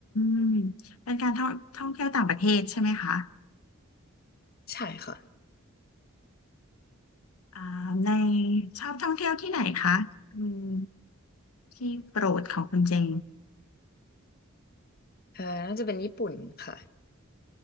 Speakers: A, on the left (about 90°); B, on the left (about 45°).
A: มเป็นการท่องท่องเที่ยวต่างประเทศใช่ไหมคะ
B: ใช่ค่ะ
A: อ่าในชอบท่องเที่ยวที่ไหนคะอืมที่โปรดของคุณเจง
B: เอ่อน่าจะเป็นญี่ปุ่นค่ะ